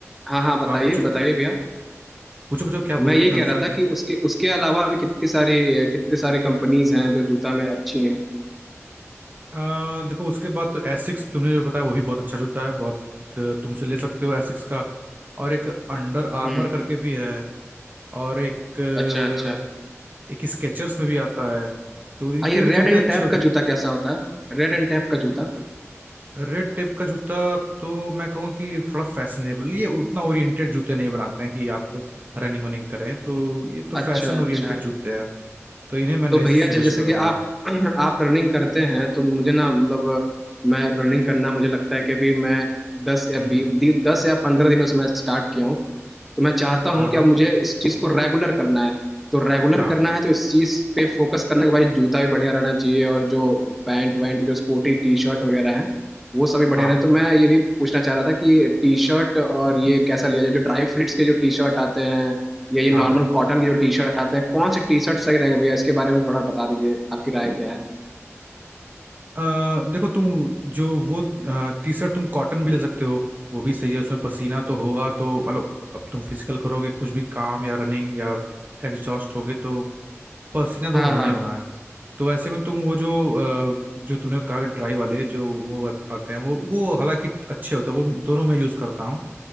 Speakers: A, in the centre; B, on the right (about 35°).
A: हाँ हाँ बताइए
B: हाँ पूछो
A: बताइए भैया
B: पूछो पूछो क्या पूछे
A: मैं ये
B: थे कंसर्न
A: कह रहा था कि उसके उसके अलावा भी कितनी सारी कितनी सारी कंपनीज हैं जो जूता में अच्छी हैं
B: आ, देखो उसके बाद तो एसिक्स तुमने जो बताया वो भी बहुत अच्छा जूता है बहुत अ, तुम उसे ले सकते हो एसिक्स का और एक अंडर
A: हम्म
B: आर्मर करके भी है और एक अ,
A: अच्छा अच्छा
B: एक स्केचर्स में भी आता है तो इनके
A: आ ये रेड
B: भी जूते
A: एंड
B: अच्छे
A: टैप
B: होते
A: का
B: हैं
A: जूता कैसा होता है रेड एंड टैप का जूता
B: रेड टेप का जूता तो मैं कहूँगा कि थोड़ा फैशनेबल ये उतना ओरिएंटेड जूते नहीं बनाते हैं कि आप रनिंग वनिंग करें तो ये तो फैशन
A: अच्छा अच्छा
B: ओरिएंटेड जूते हैं तो इन्हें मैं नहीं
A: तो भैया
B: सजेस्ट
A: जी जैसे
B: करूंगा
A: कि आप <clears throat> आप रनिंग करते हैं तो मुझे ना मतलब मैं रनिंग करना मुझे लगता है कि अभी मैं दस या
B: हम्म
A: बी
B: हम्म,
A: दस या पंद्रह दिनों से मैं स्टार्ट किया हूँ तो मैं चाहता
B: हाँ
A: हूँ कि
B: हाँ
A: अब मुझे इस चीज को रेगुलर करना है तो रेगुलर
B: हाँ
A: करना है तो इस चीज पे फोकस करना कि भाई जूता भी बढ़िया रहना चाहिए और जो पैंट वैंट जो स्पोर्टी टी शर्ट वगैरह है वो सभी बढ़िया
B: हाँ
A: रहे तो मैं ये भी पूछना चाह रहा था कि टी शर्ट और ये कैसा लिया जाए जो ड्राई फ्रूट्स के जो टी शर्ट आते हैं या ये
B: हाँ
A: नॉर्मल
B: हाँ
A: कॉटन के जो टी शर्ट आते हैं कौन से टी शर्ट सही रहेंगे भैया इसके बारे में थोड़ा बता दीजिए आपकी राय क्या है
B: अ, देखो तुम जो वो टी शर्ट तुम कॉटन भी ले सकते हो वो भी सही है उसमें पसीना तो होगा तो मतलब अब तुम फिजिकल करोगे कुछ भी काम या रनिंग या एग्जॉस्ट होगे तो पसीना तो
A: हाँ
B: वो होना
A: हाँ
B: ही होना है तो ऐसे में तुम वो जो अ, जो तुमने कहा ड्राई वाले जो वो आत- आते हैं वो वो हालांकि अच्छे होते हैं वो दोनों मैं यूज़ करता हूँ